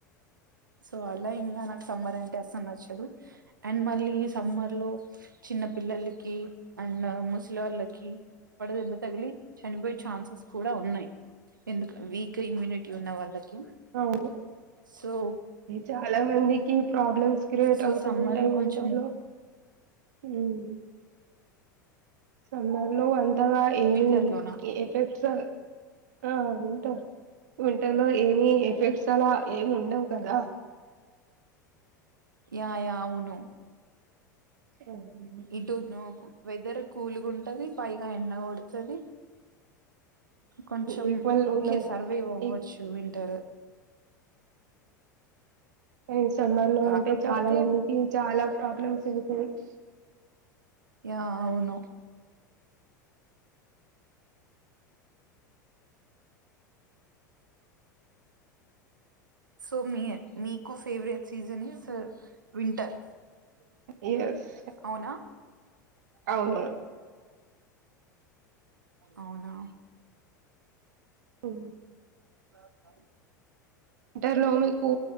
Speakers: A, on the right; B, on the right.
A: సో అలా ఇంకా నాకు సమ్మర్ అంటే అసలు నచ్చదు అండ్ మళ్ళీ ఈ సమ్మర్ లో చిన్న పిల్లలకి అండ్ ముసలోలకి కి వడదెబ తగిలి చనిపోయే ఛాన్సెస్ కూడా ఉన్నాయి ఎందుకు వీక్ ఇమ్యూనిటీ ఉన్న వాళ్ళకి
B: అవును
A: సో
B: చాలా మందికి ప్రాబ్లమ్స్ క్రియేట్
A: సో
B: అవుతూ
A: సమ్మర్
B: ఉంటాయి
A: లో
B: వింటర్
A: కొంచెం
B: లో హుమ్ సమ్మర్ లో అంతగా ఏమీ
A: వింటర్ లోనా
B: ఎఫెక్ట్స్ ఆ వింటర్ వింటర్ లో ఏమి ఎఫెక్ట్స్ అలా ఏమి ఉండవు కదా
A: యా యా అవును
B: అవునండి
A: ఇటు వెదర్ కూల్గా ఉంటది పైగా ఎండ కొడ్తాది కొంచం
B: ఈక్వల్
A: ఓకే
B: ఉన్నారు
A: సర్వేవ్ అవ్వచ్చు
B: ఈ
A: వింటర్
B: ఏ సమ్మర్ లో
A: కాకపోతే
B: అంటే చాలా మందికి చాలా ప్రాబ్లమ్స్ ఇవి కివిక్స్
A: యా అవును సో మీ మీకు ఫెవరేట్ సీజన్స్ వింటర్
B: ఎస్
A: అవునా
B: అవును
A: అవునా
B: ఉ
A: ఆ
B: వింటర్లో మీకు